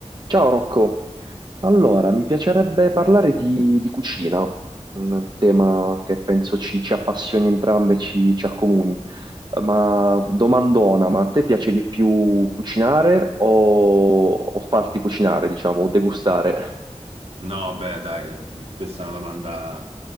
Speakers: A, on the right; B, on the right.
A: Ciao Rocco, allora mi piacerebbe parlare di, di cucina, un tema che penso ci, ci appassioni entrambe, ci, ci accomuni. Eh, Ma domandona, ma a te piace di più cucinare o, o farti cucinare, diciamo, o degustare?
B: No, beh, dai, questa è una domanda.